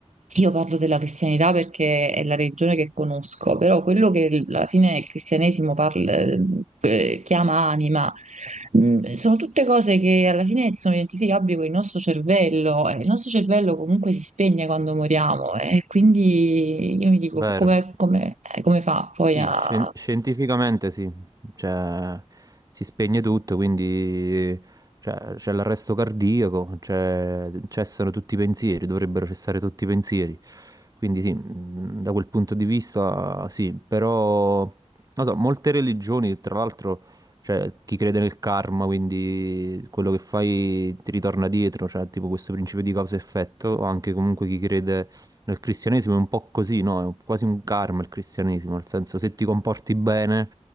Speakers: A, on the right; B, on the right.
A: io parlo della cristianità perché è la religione che conosco, però quello che l- alla fine il cristianesimo parla, eh, chiama anima, mh, sono tutte cose che alla fine sono identificabili con il nostro cervello. e Il nostro cervello comunque si spegne quando moriamo, e quindi io mi dico
B: Vero,
A: come come- eh, come fa poi
B: sì,
A: a
B: scien- scientificamente sì, cioè si spegne tutto, quindi cioè, c'è l'arresto cardiaco, c'è- cessano tutti i pensieri, dovrebbero cessare tutti i pensieri, quindi sì, mh, da quel punto di vista sì, però non so, molte religioni, tra l'altro, cioè chi crede nel karma, quindi quello che fai ti ritorna dietro, cioè tipo questo principio di causa-effetto, o anche comunque chi crede nel cristianesimo è un po' così, no? È quasi un karma il cristianesimo, nel senso se ti comporti bene,